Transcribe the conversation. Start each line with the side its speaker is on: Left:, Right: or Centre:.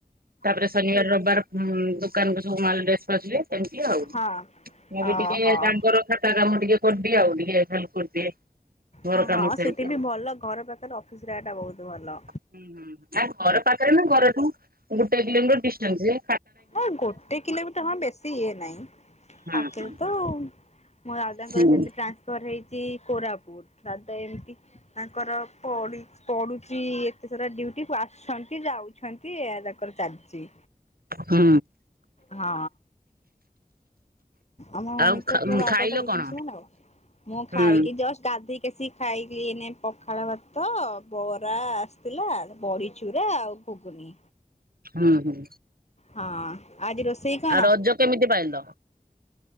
Right: ତାପରେ ଶନିବାର ରବିବାର ଦୋକାନ କୁ ସବୁ ମାଲ ଡେ ସ୍ପାଚ ହୁଏ। ସେମିତି ଆଉ
Left: ହଁ
Right: ମୁଁ ବି ଟିକେ
Left: ହଁ। ଓହୋ
Right: ତାଙ୍କର ଖାତା କାମ ଟିକେ କରଦିଏ ଆଉ ଟିକେ ଖାଲ କରିଦିଏ ଘର
Left: ହଁ
Right: କାମ
Left: ହଁ
Right: ସାରିକି
Left: ସେଠି
Right: ଆଉ।
Left: ବି ଭଲ ଘର ପାଖରେ ଅଫିସ ରା ଟା ବହୁତ ଭଲ।
Right: ହୁଁ ହୁଁ ନା ଘର ପାଖରେ ନା ଘରଠୁ? ଗୋଟେ କିଲୋମିଟର ଡିଷ୍ଟାନ୍ସ ରେ
Left: ହଁ ଗୋଟେ କିଲୋମିଟର ହଁ ବେଶୀ ଇଏ ନାହିଁ
Right: ହଁ
Left: ପାଖରେ
Right: ହଁ।
Left: ତ ମୋ ଦାଦାଙ୍କର
Right: ହୁଁ।
Left: ସେମତି ଟ୍ରାନ୍ସଫର ହେଇ ସେ କୋରାପୁଟ ଦାଦା ଏମିତି ତାଙ୍କର ପଡିଚି ପଡୁଚି ଏତେ ସାରା ଡିଉଟି ଆସୁଛନ୍ତି ଯାଉଛନ୍ତି ଏଇଆ ତାଙ୍କର ଚାଲିଚି।
Right: ହଁ।
Left: ହଁ ଆମ ମମି
Right: ଆଉ
Left: ତ <unintelligible>
Right: ଖାଇଲ କଣ?
Left: ଆଉ ମୁଁ ଖାଇକି
Right: ହୁଁ।
Left: ଜଷ୍ଟ ଗାଧେଇକି ଆସିକି ଖାଇକି ଏଇନେ ପଖାଳ ଭାତ ବରା ଆସିଥିଲା ବଡି ଚୁରା ଆଉ ଘୁଗୁନି।
Right: ହଁ ହଁ।
Left: ହଁ ଆଜି ରୋଷେଇ କଣ?
Right: ରଜ କେମିତି ପାଳିଲ?